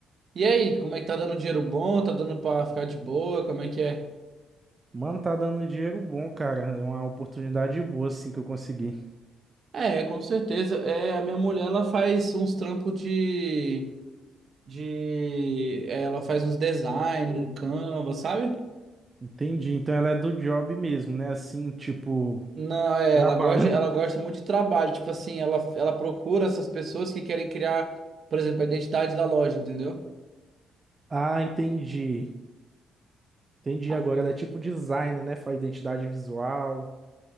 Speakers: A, on the right; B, on the right.
A: E aí, como é que tá dando dinheiro bom? Tá dando pra ficar de boa? Como é que é?
B: Mano, tá dando um dinheiro bom, cara. É uma oportunidade boa, assim, que eu consegui.
A: É, com certeza. É, a minha mulher, ela faz uns trampos de... de... é, Ela faz uns design, um Canva, sabe?
B: Entendi. Então ela é do job mesmo, né? Assim, tipo,
A: Não, é,
B: trabalho.
A: ela gosta, de- ela
B: <laughs>
A: gosta muito de trabalho. Tipo assim, ela, ela procura essas pessoas que querem criar, por exemplo, a identidade da loja, entendeu?
B: Ah, entendi. Entendi
A: Ah,
B: agora. Ela é tipo designer, né? Faz identidade visual.